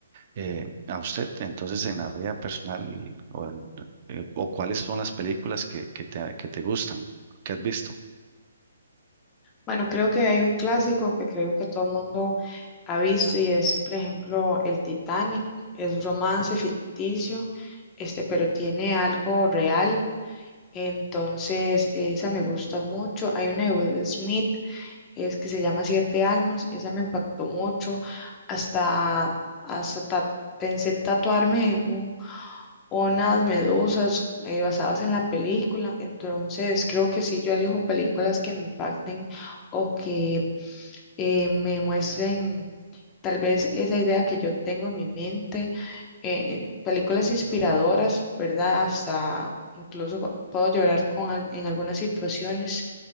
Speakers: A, on the right; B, on the left.
A: eh, a usted, entonces en la vida personal y- o, en- eh, o cuáles son las películas que, que te, que te gustan, que has visto.
B: Bueno, creo que hay un clásico que creo que todo el mundo ha visto y es, por ejemplo, el Titanic. Es romance ficticio, este, pero tiene algo real Entonces, esa me gusta mucho. Hay una de Will Smith, es que se llama Siete Almas, esa me impactó mucho. Hasta, hasta ta- pensé tatuarme un- unas medusas eh, basadas en la película. Entonces, creo que sí, yo elijo películas que me impacten o que eh, me muestren tal vez esa idea que yo tengo en mi mente, eh, eh, películas inspiradoras, ¿verdad? Hasta incluso pu- puedo llorar con, al- en algunas situaciones,